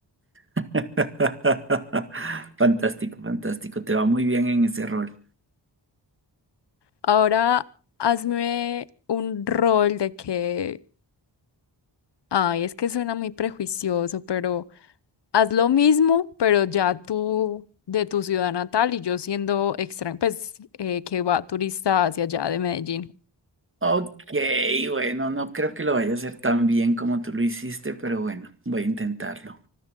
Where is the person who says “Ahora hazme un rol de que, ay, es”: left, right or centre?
Left